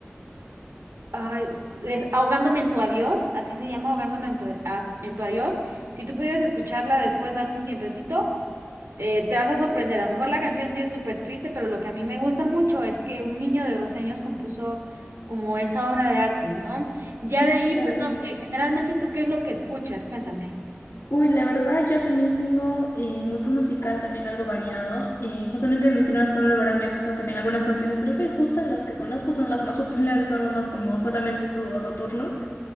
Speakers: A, on the right; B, on the left.
A: Ay, des- ahogándome en tu adiós, así se llama, ahogándome en tu, a- en tu adiós. Si tú pudieras escucharla después, darte un tiempecito, eh, te vas a sorprender. A lo mejor la canción sí es súper triste, pero lo que a mí me gusta mucho es que un niño de 12 años compuso como esa obra de arte, ¿no? Ya
B: sí,
A: de ahí,
B: claro.
A: pues no sé, generalmente tú qué es lo que escuchas, cuéntame.
B: Uy, la verdad, yo también tengo eh, un gusto musical también algo variado. Eh, justamente mencionabas Pablo Alborán, me gustan también algunas canciones. Creo que justo las que conozco son las más populares, nada más como Solamente tú o Saturno.